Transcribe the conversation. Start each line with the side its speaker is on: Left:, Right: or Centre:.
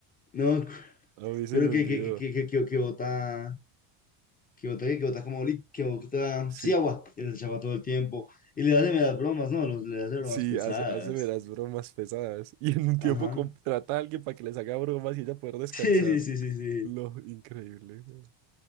Left: No,
Right: mí se
Left: pero
Right: me
Left: que,
Right: olvidó.
Left: que, que, que, que, que bota... que bota, que bota como li- que bota,
Right: Sí.
Left: sí, agua, y les echaba todo el tiempo. Y le hace meras bromas, ¿no? Los, le hace bromas
Right: Sí,
Left: pesadas.
Right: hace, hace de las bromas pesadas. Y en un
Left: Ajá.
Right: tiempo contrata
Left: <laughs>
Right: a alguien para que les haga bromas y ella poder descansar.
Left: Sí, sí, sí, sí, sí.
Right: Lo increíble. ¿no?